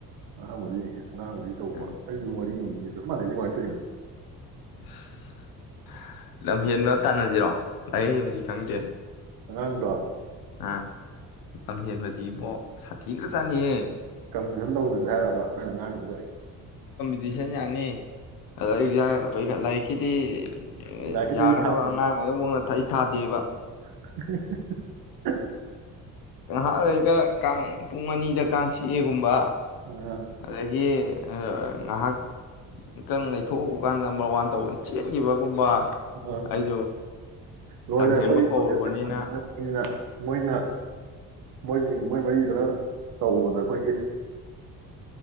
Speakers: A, on the right; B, on the left.
A: ꯑ ꯃꯅꯤꯅꯤ ꯑ ꯉꯥꯡꯕꯒꯤ ꯇꯧꯕ
B: ꯎꯝ
A: ꯑꯩꯗꯨ ꯋꯥꯔꯤꯅꯤ ꯃꯅꯦꯗꯤꯉꯇꯩꯣ
B: <unintelligible> ꯂꯝꯍꯦꯟꯕ ꯇꯥꯟꯅꯁꯤꯔꯣ ꯂꯥꯏꯔꯤꯛ ꯍꯩꯕꯗꯤ ꯈꯪꯗꯦ
A: ꯍꯉꯥꯡꯗꯣ
B: ꯑ ꯀꯕꯗꯤ ꯑꯕꯣ ꯁꯥ ꯊꯤꯒ꯭ꯔꯥꯖꯥꯅꯤ
A: ꯀꯝꯄꯤꯇꯁꯟ ꯇꯧꯅꯁ ꯍꯥꯏꯔꯕ ꯑꯉꯥꯡꯗꯨꯗ
B: ꯇꯗꯤꯁꯟ ꯌꯥꯅꯤ ꯑꯗꯣ ꯑꯦꯛꯖꯥꯈꯠ ꯂꯥꯏꯔꯤꯛꯀꯤꯗꯤ ꯑꯦ
A: ꯂꯥꯏꯔꯤꯛꯀꯤꯗꯤ
B: ꯌꯥꯒ꯭ꯔꯗ
A: ꯑꯩ ꯊꯥꯗꯦ
B: ꯋꯥ ꯉꯥꯡꯉꯉ ꯊ ꯑꯩ ꯊꯥꯗꯦꯕ
A: <unintelligible>
B: ꯍ ꯉꯩꯍꯥꯛ ꯂꯩꯇꯥ ꯑꯩ ꯀꯥꯡ ꯄꯨꯡ ꯑꯅꯤꯗ ꯀꯥꯡ ꯆꯑꯕ ꯀꯨꯝꯕ
A: ꯑꯥ
B: ꯑꯗꯒꯤ ꯉꯥꯏꯍꯥꯛ ꯇꯪ ꯂꯩꯊꯣꯛꯎꯕ ꯀꯥꯟꯗ ꯅꯝꯕꯔ ꯋꯥꯟ ꯇꯧꯋꯦ ꯆꯦꯟꯈꯤꯕ ꯀꯨꯝꯕ
A: ꯑꯥ
B: ꯑꯩꯁꯨ
A: ꯂꯣꯏꯔꯦ
B: ꯇꯝꯍꯦꯟꯕ
A: ꯑꯩꯈꯣꯏ
B: ꯀꯔꯨꯕꯅꯤꯅ
A: ꯇꯣꯏꯂꯦꯠꯀ ꯊꯟꯕꯅꯤꯅ ꯃꯣꯏꯅ ꯃꯣꯏꯁꯤꯡ ꯃꯣꯏ ꯃꯔꯤꯗꯨꯅ ꯇꯧꯕꯗ ꯑꯩꯈꯣꯏꯒꯤ